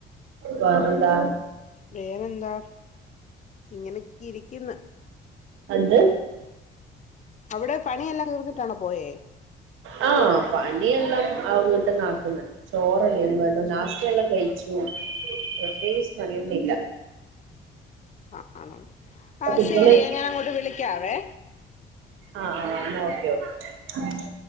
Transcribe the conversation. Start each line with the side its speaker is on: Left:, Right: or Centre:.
Right: വേറെന്താ?
Left: വേറെന്താ ഇങ്ങനെക്കെ ഇരിക്ക്ന്ന്
Right: അന്ത്‌
Left: അവിടെ പണിയെല്ലാം തീർന്നിട്ടാണോ പോയേ
Right: ആഹ് പണിയെല്ലാം ആഹ് വീട്ടന്ന് ആക്കുന്നുണ്ട് ചോറല്ലേ ഇനി വേണ്ട നാസ്റ്റെല്ലാം കഴിച്ചു പ്രത്യേകിച്ച് പണിയൊന്നൂല്ല്യ
Left: അ ആണോ ആഹ്
Right: കുട്ടികള്
Left: ശരിയെ ഞാൻ അങ്ങോട്ട് വിളിക്കാവേ
Right: ആഹ് ആഹ് ആഹ് ഓക്കെ ഓക്കെ